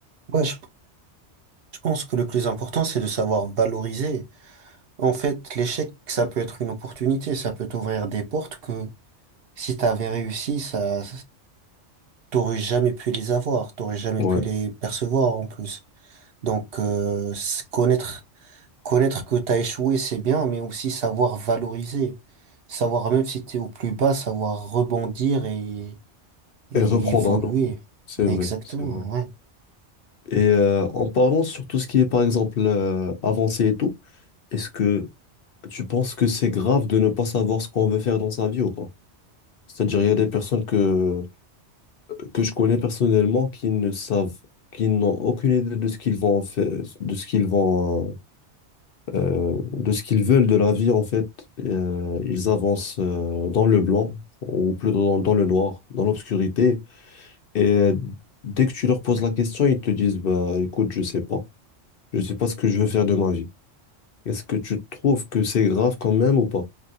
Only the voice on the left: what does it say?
Ouais.
Et reprendre
un enfant. C'est
vrai, c'est vrai.
Et euh, en parlant sur tout ce qui est, par exemple, euh, avancé et tout, est-ce que tu penses que c'est grave de ne pas savoir ce qu'on veut faire dans sa vie ou pas? C'est-à-dire, il y a des personnes que, que je connais personnellement qui ne savent, qui n'ont aucune idée de ce qu'ils vont faire, de ce qu'ils vont, euh, euh, de ce qu'ils veulent de la vie, en fait, euh, ils avancent euh, dans le blanc, ou plutôt dans, dans le noir, dans l'obscurité. Et euh, dès que tu leur poses la question, ils te disent, bah, écoute, je sais pas. Je sais pas ce que je veux faire de ma vie. Est-ce que tu trouves que c'est grave quand même ou pas?